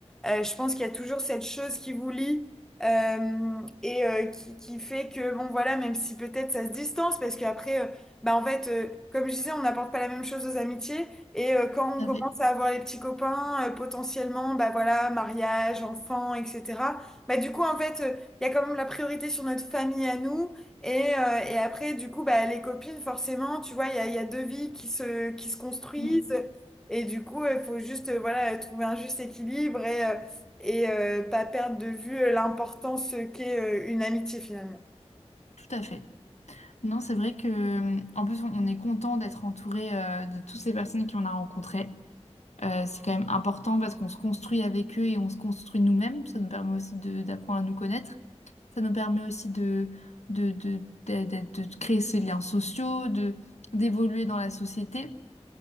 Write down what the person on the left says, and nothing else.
tout
à fait.
Mm,
tout à fait. Non, c'est vrai que, en plus, on on est content d'être entouré euh, de toutes ces personnes qu'on a rencontrées. Euh, c'est quand même important parce qu'on se construit avec eux et on se construit nous-mêmes. Ça nous permet aussi de- d'apprendre à nous connaître. Ça nous permet aussi de, de, de, de- de- de créer ces liens sociaux, de, d'évoluer dans la société